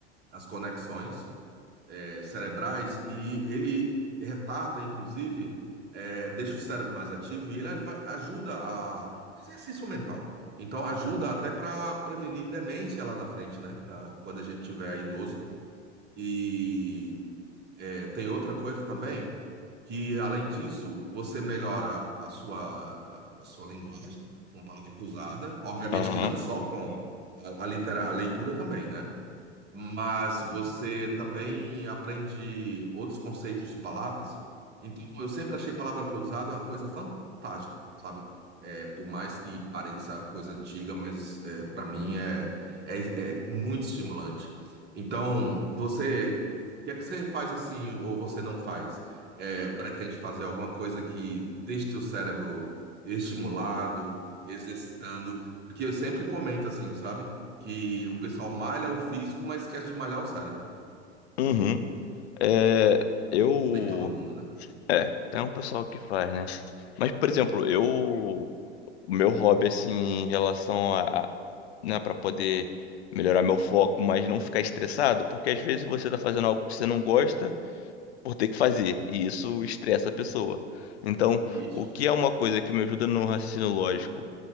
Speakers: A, on the right; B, on the left.
A: as conexões eh, cerebrais, e ele retarda, inclusive, eh, deixa o cérebro mais ativo e ele aj- vai- ajuda a. é um Exercício mental. Então, ajuda até para prevenir demência lá na frente, né, na- quando a gente tiver idoso. E eh, tem outra coisa também que, além disso, você melhora a sua, a, a sua linguagem com palavra cruzada, obviamente
B: Aham.
A: que não só com a, a, litera, a leitura também, né? mas você também aprende outros conceitos de palavras. Então, eu sempre achei palavra cruzada uma coisa fantástica, sabe? É, por mais que pareça coisa antiga, mas é, para mim é, é, é muito estimulante. Então, você, o que é que você faz assim, ou você não faz? É, pretende fazer alguma coisa que deixe teu cérebro estimulado, exercitando? Porque eu sempre comento assim, sabe? que o pessoal malha o físico, mas esquece de malhar o cérebro.
B: Uhum. É, eu.
A: Nem todo mundo, né?
B: É, tem um pessoal que faz, né? Mas, por exemplo, eu. O meu hobby, assim, em relação a. a- Né, pra poder melhorar meu foco, mas não ficar estressado, porque às vezes você tá fazendo algo que você não gosta por ter que fazer, e isso estressa a pessoa. Então,
A: Isso.
B: o que é uma coisa que me ajuda no raciocínio lógico?